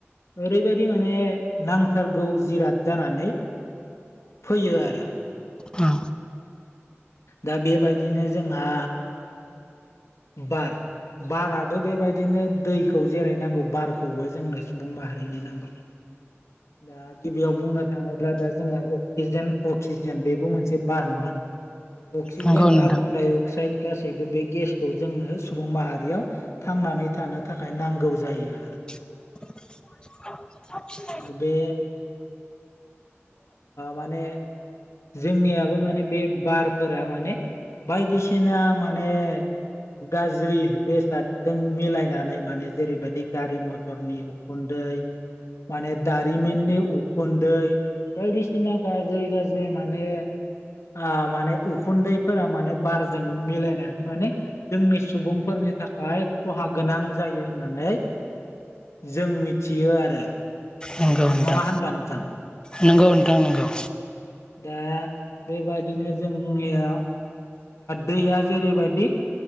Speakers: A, on the left (about 85°); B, on the left (about 20°).
A: ओरैबायादि माने नांथारगौ जिराद जानानै फैयो आरो।
B: औ
A: दा बेबायदिनो जोंहा बार बाराबो बेबायदिनो दैखौ जेरै नांगौ बारखौबो जोंनो सुबुं माहारिनो नांगौ। दा गि बेयाव बुंनो थाङोब्ला दा जोङो अक्सिजेन अक्सिजेन बेबो मोनसे बार नङा होनब्ला? अक्सिजेन
B: नंगौ नोंथां
A: कार्बन दाइ अक्साइड गासैबो बे गेसखौ जोंनो सुबुं माहारियाव थांनानै थानो थाखाय नांगौ जायो
B: औ
A: आरो। दा बे माने जोंनियाबो माने बे बारफोरा माने बायदिसिना माने गाज्रि बेसादजों मिलायनानै माने जेरैबायदि गारि मथरनि उखुदै माने दारिमिननि उखुन्दै बायदिसिना गाजै गाजै माने ओ माने उखुन्दैफोरा माने बारजों मिलायनानै माने जोंनि सुबुंफोरनि नि थाखाय खहा गोनां जायो होननानै जों मिथियो आरो।
B: नंगौ नोंथां
A: नङा होनब्ला नोंथां
B: नंगौ नोंथां नंगौ
A: दा बेबादिनो जोंनिया दैया जेरैबायदि